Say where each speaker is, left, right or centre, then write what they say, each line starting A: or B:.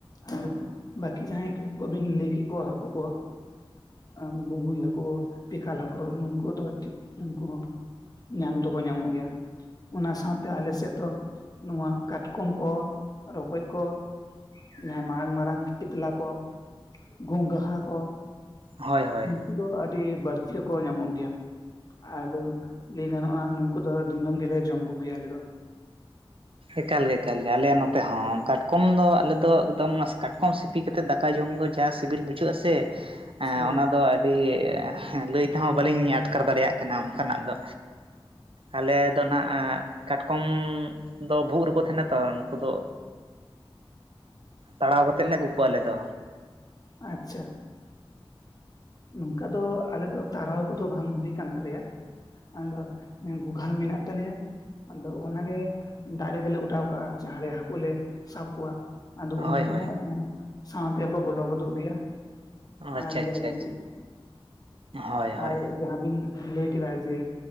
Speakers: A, on the left; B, on the right.
A: ᱮᱸ ᱵᱟᱠᱤ ᱡᱟᱦᱟᱸᱭ ᱠᱚᱵᱤᱱ ᱞᱟᱹᱭ ᱠᱮᱜ ᱠᱚᱣᱟ ᱦᱟᱹᱠᱩ ᱠᱚ ᱮᱢ ᱵᱩᱢᱵᱩᱭ ᱦᱟᱠ ᱳ ᱵᱮᱠᱟᱞ ᱦᱟᱠᱩ ᱱᱩᱠᱩ ᱫᱚ ᱩᱱᱠᱩ ᱧᱟᱢ ᱫᱚᱠᱚ ᱧᱟᱢᱚᱜ ᱜᱮᱭᱟ ᱚᱱᱟ ᱥᱟᱶᱛᱮ ᱟᱞᱮ ᱥᱮᱫ ᱫᱚ ᱱᱚᱣᱟ ᱠᱟᱴᱠᱚᱢ ᱠᱚ ᱨᱚᱠᱚᱡ ᱠᱚ ᱡᱟᱦᱟᱸᱭ ᱢᱟᱨᱟᱝ ᱢᱟᱨᱟᱝ ᱠᱮᱴᱞᱟ ᱠᱚ ᱜᱚᱝᱦᱟ ᱠᱚ
B: ᱦᱳᱭ ᱦᱳᱭ
A: ᱩᱱᱠᱩ ᱫᱚ ᱟᱹᱰᱤ ᱵᱟᱹᱲᱛᱤᱠᱚ ᱧᱟᱢᱚᱜ ᱜᱮᱭᱟ ᱟᱫᱚ ᱞᱟᱹᱭ ᱜᱟᱱᱚᱜᱼᱟ ᱱᱩᱠᱩ ᱫᱚ ᱫᱤᱱᱟᱹᱢ ᱜᱮᱞᱮ ᱡᱚᱢ ᱠᱚᱜᱮᱭᱟ ᱟᱞᱮ ᱫᱚ
B: ᱮᱠᱟᱞᱜᱮ ᱮᱠᱟᱞᱜᱮ ᱟᱞᱮ ᱱᱚᱛᱮ ᱦᱚᱸ ᱠᱟᱴ ᱠᱚᱢ ᱫᱚ ᱟᱞᱮ ᱫᱚ ᱮᱠᱫᱚᱢ ᱚᱱᱟ ᱠᱟᱴᱠᱚᱢ ᱥᱤᱯᱤ ᱠᱟᱛᱮᱫ ᱫᱟᱠᱟ ᱡᱚᱢ ᱫᱚ ᱡᱟ ᱥᱤᱵᱤᱞ ᱵᱩᱡᱷᱟᱹᱜ-ᱟ ᱥᱮ
A: ᱥᱟᱹᱨᱤ
B: ᱚᱱᱟᱫᱚ ᱟᱹᱰᱤ ᱞᱟᱹᱭ ᱛᱮᱦᱚᱸ ᱵᱟᱹᱞᱤᱧ ᱟᱴᱠᱟᱨ ᱫᱟᱲᱮᱭᱟᱜ ᱠᱟᱱᱟ ᱚᱱᱠᱟᱱᱟᱜ ᱫᱚ ᱟᱞᱮ ᱫᱚ ᱱᱟᱦᱟᱜ ᱠᱟᱴᱠᱚᱢ ᱫᱚ ᱵᱷᱩᱜ ᱨᱮᱠᱚ ᱛᱟᱦᱮᱱᱟ ᱛᱚ ᱱᱩᱠᱩ ᱫᱚ ᱛᱟᱲᱟᱣ ᱠᱟᱛᱮᱜ ᱞᱮ ᱟᱹᱜᱩ ᱠᱚᱣᱟ ᱟᱞᱮ ᱫᱚ
A: ᱟᱪᱪᱷᱟ ᱱᱚᱝᱠᱟ ᱫᱚ ᱟᱞᱮ ᱫᱚ ᱛᱟᱲᱟᱣ ᱠᱚᱫᱚ ᱵᱟᱝ ᱦᱩᱭ ᱠᱟᱱ ᱛᱟᱞᱮᱭᱟ ᱟᱫᱚ ᱜᱚᱜᱷᱟ ᱢᱮᱱᱟᱜ ᱛᱟᱞᱮᱭᱟ ᱟᱫᱚ ᱚᱱᱟᱜᱮ ᱫᱟᱜ ᱨᱮᱜᱮ ᱞᱮ ᱚᱰᱟᱣ ᱠᱟᱜᱼᱟ ᱡᱟᱦᱟᱸ ᱨᱮ ᱦᱟᱹᱠᱩ ᱞᱮ ᱥᱟᱵ ᱠᱚᱣᱟ ᱟᱫᱚ ᱩᱱᱠᱩ
B: ᱦᱳᱭ ᱦᱳᱭ
A: ᱦᱚᱸ ᱚᱱᱟ ᱥᱟᱶᱛᱮᱠᱚ ᱵᱚᱞᱚ ᱜᱚᱫᱚᱜ ᱜᱮᱭᱟ
B: ᱟᱪᱪᱷᱟ
A: ᱟᱨᱞᱮ
B: ᱟᱪᱪᱷᱟ
A: ᱟᱹᱜᱩ
B: ᱟᱪᱪᱷᱟ,
A: ᱠᱚᱣᱟ
B: ᱦᱳᱭ ᱦᱳᱭ
A: ᱟᱨ ᱡᱟᱦᱟᱸ ᱵᱤᱱ ᱞᱟᱹᱭ ᱠᱮᱫᱟ ᱡᱮ